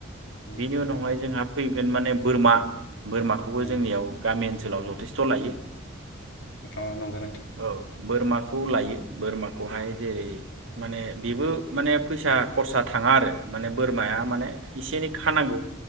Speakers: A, on the left (about 70°); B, on the right (about 75°).
A: उम
B: बेनि उनावहाय
A: नंगौ नोंथां
B: जोंहा फैगोन माने बोरमा बोरमाखौबो
A: औ
B: जोंनियाव गामि ओन सोलाव जथेस्थ' लायो।
A: अ नंगो नोंथां।
B: औ बोरमाखौ लायो बोरमाखौहाय जेरै माने बेबो माने फैसा खरसा थाङा आरो माने बोरमाया माने इसे एनै खानांगौ